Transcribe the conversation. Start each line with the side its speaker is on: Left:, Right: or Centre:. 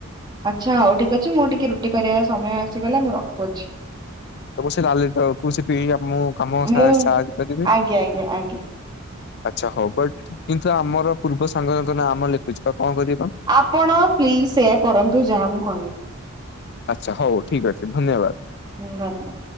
Right: ଆଚ୍ଛା ହଉ ଠିକ ଅଛି ମୁଁ ଟିକେ ରୁଟି କରିବା ସମୟ ଆସିଗଲେ ମୁଁ ରଖୁଅଛି।
Left: <unintelligible> ତାକୁ ଛିପିଇ ମୁଁ କାମ ସା
Right: ମୁଁ
Left: ସା ସାରିପାରିବି।
Right: ଆଜ୍ଞା ଆଜ୍ଞା ଆଜ୍ଞା।
Left: ଆଚ୍ଛା ହଉ ବଟ କିନ୍ତୁ ଆମର ପୂର୍ବ ସାଙ୍ଗଙ୍କ ନାଁ ଆମ ଲେଖୁଛି ବା କଣ କରିବା?
Right: ଆପଣ ପ୍ଲିଜ ସେଇୟା କରନ୍ତୁ ଯାହା ମୁଁ କହିବି।
Left: ଆଚ୍ଛା ହଉ ଠିକ ଅଛି ଧନ୍ୟବାଦ।
Right: ହୁଁ।